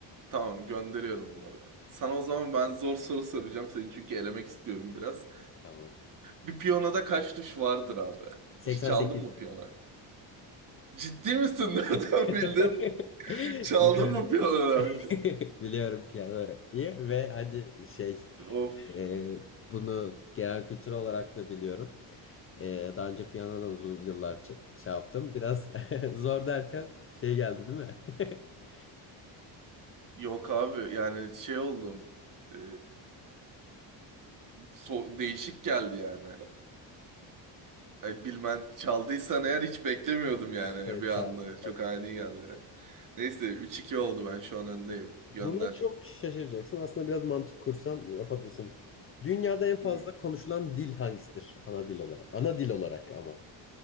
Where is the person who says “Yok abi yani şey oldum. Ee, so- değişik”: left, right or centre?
Right